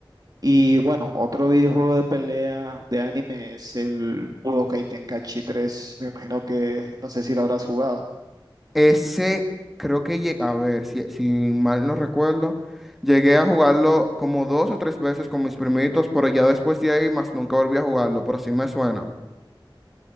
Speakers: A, on the right; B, in the centre.
A: Y bueno, otro videojuego de pelea de anime es el Budokai Tenkaichi tres. Me imagino que no sé si lo habrás jugado.
B: Ese, creo que, lle- a ver, si, si mal no recuerdo, llegué a jugarlo como dos o tres veces con mis primitos, pero ya después de ahí más nunca volví a jugarlo, pero sí me suena.